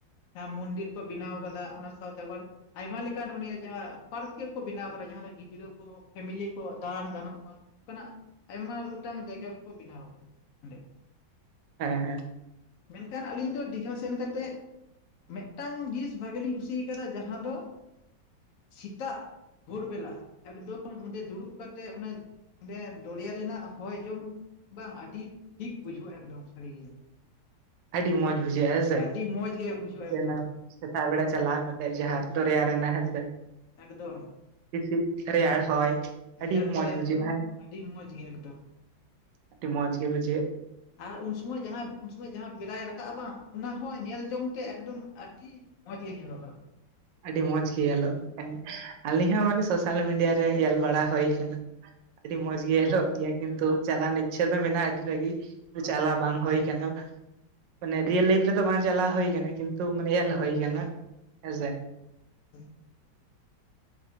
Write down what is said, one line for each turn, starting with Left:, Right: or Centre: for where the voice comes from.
Left: ᱡᱟᱦᱟᱸ ᱢᱚᱱᱫᱤᱨ ᱠᱚ ᱵᱮᱱᱟᱣᱟ ᱠᱟᱫᱟ ᱚᱱᱟ ᱥᱟᱶᱛᱮ ᱟᱵᱟᱨᱼᱼ ᱟᱭᱢᱟ ᱞᱮᱠᱟᱱ ᱢᱟᱱᱮ ᱡᱟᱦᱟᱸ ᱯᱟᱨᱠᱮ ᱠᱚ ᱵᱮᱱᱟᱣ ᱠᱟᱫᱟ ᱡᱟᱦᱟᱸ ᱫᱚ ᱜᱤᱫᱽᱨᱟᱹ ᱠᱚ ᱯᱷᱮᱢᱮᱞᱤ ᱠᱚ ᱫᱟᱬᱟᱱ ᱜᱟᱱᱚᱜ ᱢᱟ᱾ ᱚᱱᱠᱟᱱᱟᱜ ᱟᱭᱢᱟ ᱜᱚᱴᱟᱝ ᱡᱟᱭᱜᱟ ᱠᱚ ᱵᱮᱱᱟᱣ ᱠᱟᱫᱟ ᱚᱸᱰᱮ᱾
Right: ᱦᱮᱸ ᱦᱮᱸ᱾
Left: ᱢᱮᱱᱠᱷᱟᱱ ᱟᱞᱤᱧ ᱫᱚ ᱰᱤᱜᱷᱟ ᱥᱮᱱ ᱠᱟᱛᱮᱜᱼᱼ ᱢᱮᱫᱴᱟᱝ ᱰᱤᱥ ᱵᱷᱟᱜᱮ ᱞᱤᱧ ᱠᱩᱥᱤ ᱭᱟᱠᱟᱫᱟ ᱡᱟᱦᱟᱸ ᱫᱚᱼᱼ ᱥᱮᱛᱟᱜ ᱵᱷᱳᱨ ᱵᱮᱞᱟ ᱮᱠᱫᱚᱢ ᱚᱸᱰᱮ ᱫᱩᱲᱩᱵ ᱠᱟᱛᱮᱜ ᱚᱱᱮᱼᱼ ᱚᱸᱰᱮ ᱫᱚᱨᱭᱟ ᱨᱮᱱᱟᱜ ᱦᱚᱭ ᱡᱚᱢ ᱵᱟᱝ ᱟᱰᱤ ᱴᱷᱤᱠ ᱵᱩᱡᱷᱟᱹᱜ-ᱟ ᱮᱠᱫᱚᱢ ᱥᱟᱹᱨᱤ ᱜᱮ᱾
Right: ᱟᱹᱰᱤ ᱢᱚᱡᱽ ᱵᱩᱡᱷᱟᱹᱜ-ᱟ ᱦᱮᱸ ᱥᱮ,
Left: ᱟᱹᱰᱤ ᱢᱚᱸᱡᱽ ᱜᱮ ᱵᱩᱡᱷᱟᱹᱜᱼᱟ ᱮᱠᱫᱚᱢ
Right: ᱥᱮ ᱱᱟᱜᱼᱼ ᱥᱮᱛᱟᱜ ᱵᱮᱲᱟ ᱪᱟᱞᱟᱣ ᱠᱟᱛᱮᱜ ᱡᱟᱦᱟᱸ ᱫᱚᱨᱭᱟ ᱨᱮᱱᱟᱜ ᱦᱮᱸ ᱥᱮᱼᱼ
Left: ᱮᱠᱫᱚᱢ᱾
Right: ᱦᱤᱥᱤᱫ ᱨᱮᱭᱟᱲ ᱦᱚᱭ
Left: ᱨᱮᱭᱟᱲ
Right: ᱟᱹᱰᱤ ᱢᱚᱡᱽ
Left: ᱦᱚᱭ
Right: ᱵᱩᱡᱷᱟᱹᱜ-ᱟ
Left: ᱮᱠᱫᱚᱢ
Right: ᱦᱮᱸ᱾
Left: ᱟᱹᱰᱤ ᱢᱚᱸᱡᱽ ᱜᱮ ᱮᱠᱫᱚᱢ
Right: ᱟᱹᱴᱤ ᱢᱚᱡᱽ ᱜᱮ ᱵᱩᱡᱷᱟᱹᱜ᱾
Left: ᱟᱨ ᱩᱱ ᱥᱚᱢᱚᱭ ᱡᱟᱦᱟᱸ ᱩᱱ ᱥᱚᱢᱚᱭ ᱡᱟᱦᱟᱸ ᱵᱮᱨᱟᱭ ᱨᱟᱠᱟᱵ ᱵᱟᱝ ᱚᱱᱟ ᱦᱚᱸ ᱧᱮᱞ ᱡᱚᱝ ᱛᱮ ᱮᱠᱫᱚᱢ ᱟᱰᱤᱼᱼ ᱢᱚᱡᱽ ᱜᱮ ᱧᱮᱞᱚᱜ-ᱟ᱾
Right: ᱟᱹᱰᱤ ᱢᱚᱸᱡᱽ ᱜᱮ ᱧᱮᱞᱚᱜ ᱦᱮᱸ ᱟᱹᱞᱤᱧ ᱦᱚᱸ ᱢᱟᱱᱮ ᱥᱳᱥᱟᱞ ᱢᱤᱰᱤᱭᱟ ᱨᱮ ᱧᱮᱞ ᱵᱟᱲᱟ ᱦᱚᱭ ᱠᱟᱱᱟ᱾ ᱟᱹᱰᱤ ᱢᱚᱸᱡᱽ ᱜᱮ ᱧᱮᱞᱚᱜ ᱜᱮᱭᱟ ᱠᱤᱱᱛᱩ ᱪᱟᱞᱟᱣ ᱨᱮᱱᱟᱜ ᱤᱪᱪᱷᱟᱹ ᱫᱚ ᱢᱮᱱᱟᱜ-ᱟ ᱟᱹᱰᱤ ᱴᱟᱜ ᱜᱤ᱾ ᱛᱩ ᱪᱟᱞᱟᱣ ᱵᱟᱝ ᱦᱚᱭ ᱠᱟᱱᱟ᱾ ᱢᱟᱱᱮ ᱨᱤᱭᱮᱞ ᱞᱟᱹᱭᱤᱯᱷ ᱨᱮᱛᱚ ᱵᱟᱝ ᱪᱟᱞᱟᱣ ᱦᱩᱭ ᱠᱟᱱᱟ ᱠᱤᱱᱛᱩ ᱢᱟᱱᱮ ᱧᱮᱞ ‌ᱦᱩᱭ ᱠᱟᱱᱟ ᱦᱮ ᱸᱥᱮ᱾
Left: ᱦᱮᱸ᱾